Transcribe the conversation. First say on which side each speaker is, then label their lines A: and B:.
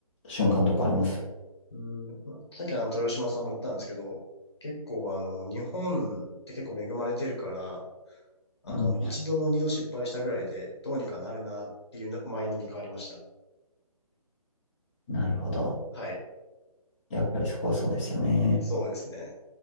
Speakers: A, on the left; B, on the left.
A: 瞬間とかあります。
B: うん、さっきのあの豊島さんも言ったんですけど、結構あの、日本って結構恵まれてるから、あの、
A: うん。
B: 一度二度失敗したぐらいで、どうにかなるなっていうマインドに変わりました。
A: なるほど。
B: はい。
A: やっぱりそこはそうですよね。
B: そうですね。